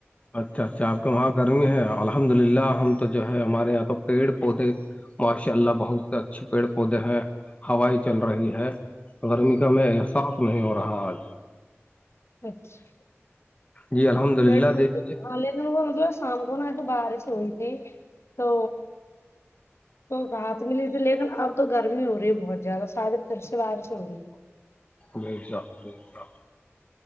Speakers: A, on the left; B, on the left.
A: اچھا اچھا آپ کے وہاں گرمی ہے الحمد للہ ہم تو جو ہے ہمارے یہاں تو پیڑ پودے ماشاء اللہ بہت سے اچھے پیڑ پودے ہیں ہوائی چل رہی ہے گرمی کا میں احساس نہیں ہو رہا آج
B: اچھا
A: جی الحمد
B: پھر
A: للہ
B: ا
A: دیکھیے
B: ہل دن کو بنے شام کو ن اٹ باہر سوئیتی تو تو رات ملی تھی لیکن اب تو گرمی ہو رہی ہے بہت زیادہ شایدے پھر سے بارش ہو رہی ہے
A: نہیں جاک نہیں جاک